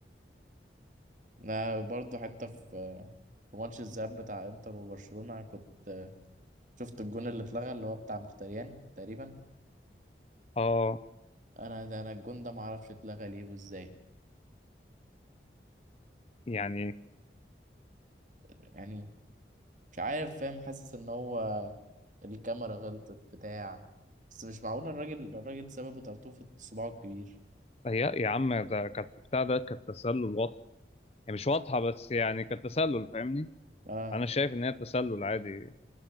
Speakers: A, on the right (about 45°); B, on the left (about 35°).
A: أنا برضه حتى في آه، في ماتش الذهاب بتاع انتر وبرشلونة كنت آه، شفت الجون اللي اتلغى اللي هو بتاع مختاريان تقريبا
B: اه
A: انا ده انا الجون ده معرفش اتلغى ليه وازاي
B: يعني
A: يعني مش عارف فاهم حاسس ان هو الكاميرا غلطت بتاع بس مش معقولة الراجل الراجل سببه طرطوفة صباعه الكبير
B: يا يا عم ده كانت بتاع ده كانت تسلل واضح يعني مش واضحة بس يعني كانت تسلل فاهمني
A: اه
B: أنا شايف إن هي تسلل عادي